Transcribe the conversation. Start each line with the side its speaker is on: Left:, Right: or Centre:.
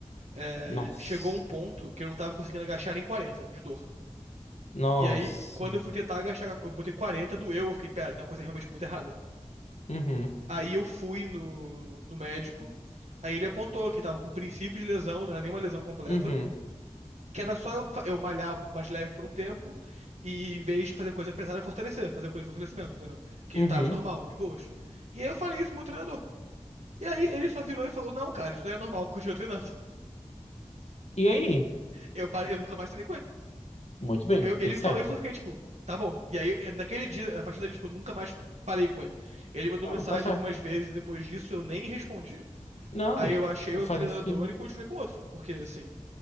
Right: é,
Left: Nossa.
Right: chegou um ponto que eu não tava conseguindo agachar nem 40 de dor.
Left: Nossa.
Right: E aí, quando eu fui tentar agachar, eu botei 40, doeu, eu fiquei, pera, tem uma coisa realmente muito errada.
Left: Uhum,
Right: Aí eu fui no, no médico, aí ele apontou que tava com princípio de lesão, não era nenhuma lesão completa,
Left: uhum,
Right: que era só eu, fa- eu malhar mais leve por um tempo e em vez de fazer coisa pesada, fortalecer, fazer coisa de fortalecimento, entendeu? Que
Left: uhum.
Right: tava normal, de boas. E aí eu falei isso pro meu treinador. E aí ele só virou e falou, não, cara, isso daí é normal, <laughs> continua treinando.
Left: E aí?
Right: Eu parei, eu nunca mais treinei com ele.
Left: Muito bem,
Right: Eu- ele
Left: fez
Right: me
Left: certo.
Right: falou isso, eu fiquei, tipo, tá bom. E aí, eh, naquele dia, a partir dali, tipo, eu nunca mais falei com ele. Ele mandou
Left: Não,
Right: mensagem
Left: tá certo.
Right: algumas vezes, depois disso eu nem respondi.
Left: Não,
Right: Aí eu achei
Left: não
Right: o
Left: faz
Right: treinador
Left: nem sentido.
Right: e continuei com outro. Porque, assim,